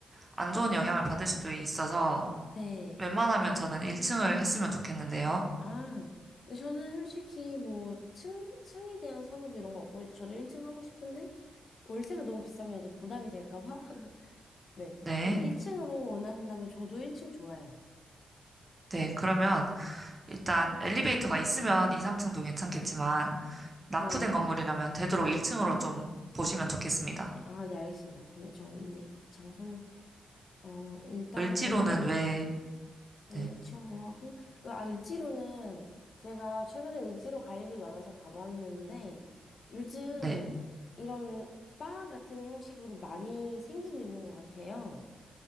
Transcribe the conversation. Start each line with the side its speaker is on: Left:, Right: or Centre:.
Right: 안 좋은 영향을 받을 수도 있어서
Left: 네.
Right: 웬만하면 저는 1층을 했으면 좋겠는데요.
Left: 아, 근데 저는 솔직히 뭐 층, 층에 대한 선호도 이런 거 없고 저도 1층 하고 싶은데 월세가 너무 비싸면 이제 부담이 될까 봐. <laughs> 네.
Right: 네.
Left: 근데 1층으로 원하신다면 저도 1층 좋아요.
Right: 네. 그러면 일단 엘리베이터가 있으면 2, 3층도 괜찮겠지만 낙후된
Left: 네.
Right: 건물이라면 되도록 1층으로 좀 보시면
Left: 어.
Right: 좋겠습니다.
Left: 아, 네, 알겠습니다. 그러면 저희 이제 장소는 어, 일단
Right: 을지로는
Left: 건물
Right: 왜,
Left: 난
Right: 네.
Left: 1층으로 하고, 아, 을지로는 제가 최근에 을지로 갈 일이 많아서 가봤는데, 요즘
Right: 네.
Left: 이런 바 같은 형식으로 많이 생기고 있는 것 같아요.